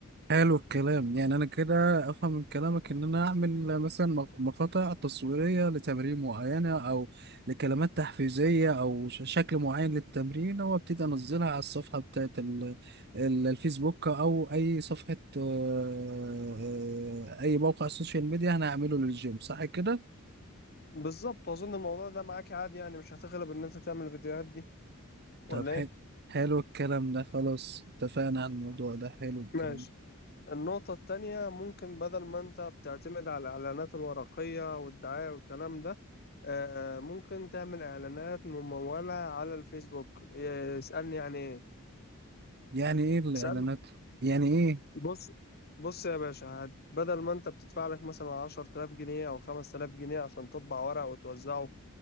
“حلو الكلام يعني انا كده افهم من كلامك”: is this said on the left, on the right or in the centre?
Right